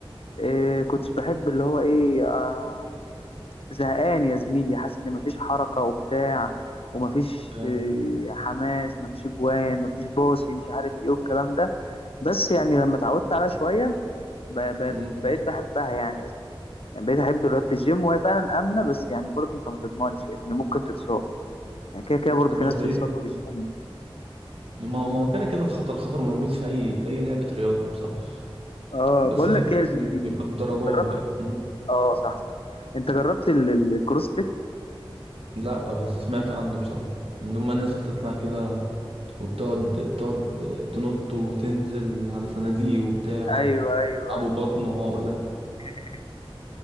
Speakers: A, on the left (about 80°); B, on the right (about 80°).
A: إيه كنتش بحب اللي هو ايه آه زهقان يا زميلي حاسس ان مفيش حركه وبتاع ومفيش
B: فاهم
A: إيه حماس مفيش جوان مفيش باصي مش عارف ايه والكلام ده بس يعني لما اتعودت عليها شويه ب- ب-
B: امم
A: بقيت بحبها يعني يا زميلي يعني بقيت احب رياضه الجيم وهي فعلا امنه بس يعني برضه انت ما تضمنش يا زميلي ممكن تتصاب يعني كده كده برضه في
B: ده
A: ناس
B: حقيقي
A: بتتصاب في الجيم
B: ما هو ما هو كده كده الخطر خطر موجود في اي في اي لعبة رياضة بصراحة
A: اه
B: بس
A: بقول
B: فكرة
A: لك ايه يا زميلي
B: ان بيبقى بدرجات
A: جربت
B: بقى مم.
A: اه صح صح انت جربت ال- ال- الكروسفيت
B: لا بس سمعت عنه بصراحة ان هما ناس بتطلع كده وبتقعد بتقعد تنط وتنزل على صناديق وبتاع ويلعبوا
A: ايوه ايوه ايوه
B: بطن
A: أيوة.
B: وعقلة
A: <laughs>